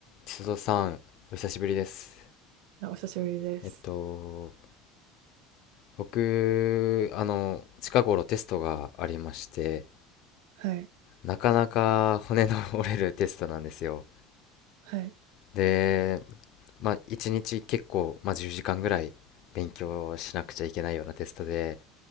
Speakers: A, on the left (about 50°); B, on the right (about 70°).
A: 須藤さん、お久しぶりです。
B: あお久しぶりです。
A: えっと、僕、あの、近頃テストがありまして、
B: はい。
A: なかなか骨の <laughs> 折れるテストなんですよ。
B: はい。
A: で、まあ、一日結構、まあ、10時間ぐらい勉強しなくちゃいけないようなテストで、